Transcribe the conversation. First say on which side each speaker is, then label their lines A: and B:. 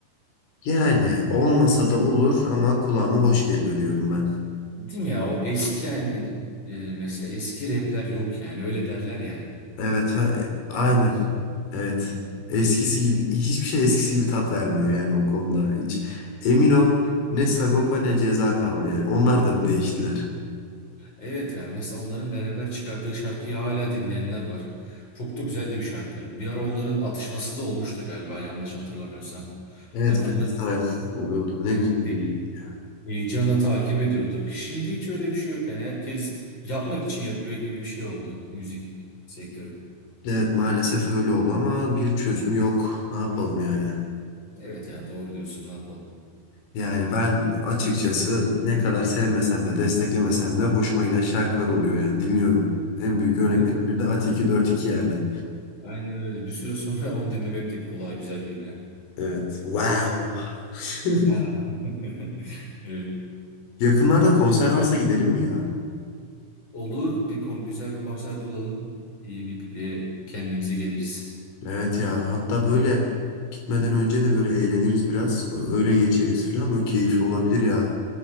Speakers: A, on the left; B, on the left.
A: Yani olmasa da olur ama kulağıma hoş geliyor diyorum ben.
B: Değil mi ya? O eski yani e, mesela eski rapler yok yani öyle derler ya.
A: Evet, ha, e, aynen. Evet.
B: Hı.
A: Eskisi gibi hiçbir şey eskisi gibi tat vermiyor yani o konuda. Hiç emin ol ne Sagopa ne Ceza kaldı yani. Onlar da değiştiler.
B: Evet ya mesela onların beraber çıkardığı şarkıyı hala dinleyenler var. Çok da güzel de bir şarkı. Bir ara onların atışması da olmuştu galiba yanlış hatırlamıyorsam.
A: Evet,
B: Hani onları
A: freestyle oluyordu.
B: he,
A: Ne güzel gündü
B: he-
A: ya.
B: heyecanla takip ediyorduk. Şimdi hiç öyle bir şey yok. Hani herkes yapmak için yapıyor gibi bir şey oldu müzik sektörü.
A: Evet, maalesef öyle oldu ama bir çözüm yok. Ne yapalım yani?
B: Evet ya doğru diyorsun ne yapalım.
A: Yani ben açıkçası ne kadar sevmesem de desteklemesem de hoşuma giden şarkılar oluyor yani dinliyorum. En büyük
B: <laughs>
A: örneklerinden biri de Ati iki dört iki yani.
B: Aynen öyle. Bir süre sonra onu dinlemek de kulağa güzel geliyor.
A: Evet. Wow. <laughs>
B: Ya. <laughs> Evet.
A: Yakınlarda konser varsa gidelim mi ya?
B: Olur bir kon- güzel bir konser bulalım. İyi bir e, kendimize geliriz.
A: Evet ya hatta böyle gitmeden önce de böyle eğleniriz biraz. Öyle geçeriz falan böyle keyifli olabilir ya.